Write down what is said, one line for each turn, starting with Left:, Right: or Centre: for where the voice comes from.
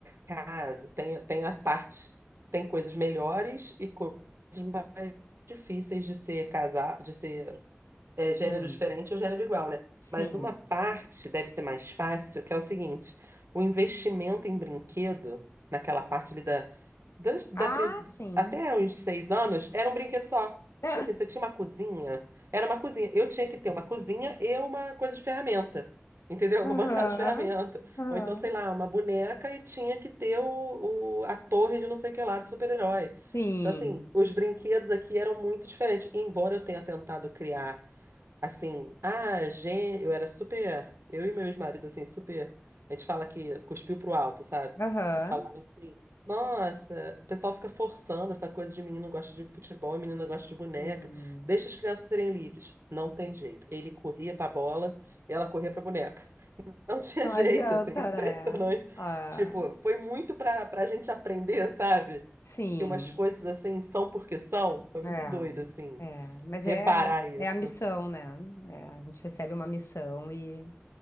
Right: caso tem, tem a parte, tem coisas melhores e coisas mais difíceis de ser casar, de ser é, gênero
Left: Sim,
Right: diferente ou gênero igual, né?
Left: sim.
Right: Mas uma parte deve ser mais fácil, que é o seguinte, o investimento em brinquedo, naquela parte ali da das- da
Left: Ah,
Right: pri-
Left: sim.
Right: até uns seis anos, era um brinquedo só.
Left: <laughs>
Right: Tipo assim, você tinha uma cozinha, era uma cozinha. Eu tinha que ter uma cozinha e uma coisa de ferramenta, entendeu? Uma
Left: Aham,
Right: <laughs> bancada de ferramenta.
Left: aham.
Right: Ou então, sei lá, uma boneca e tinha que ter o, o- a torre de não sei o que lá, do super-herói.
Left: Sim,
Right: Então, assim, os brinquedos aqui eram muito diferentes. Embora eu tenha tentado criar Assim, ah, gente, eu era super. Eu e meu ex-marido, assim, super. A gente fala que cuspiu pro alto, sabe?
Left: aham.
Right: Que falava assim: nossa, o pessoal fica forçando essa coisa de menino gosta de futebol e menina gosta de boneca.
Left: sim,
Right: Deixa as crianças serem livres. Não tem jeito. Ele corria pra bola e ela corria pra boneca. <laughs> Não tinha
Left: Não
Right: jeito,
Left: adianta,
Right: assim, <laughs> impressionante.
Left: né? Ah,
Right: Tipo, foi muito pra, pra gente aprender, sabe?
Left: sim.
Right: Que umas coisas assim são porque são. Foi
Left: É,
Right: muito doido, assim,
Left: é. Mas
Right: reparar
Left: é,
Right: isso.
Left: é a missão, né? É, a gente recebe uma missão e,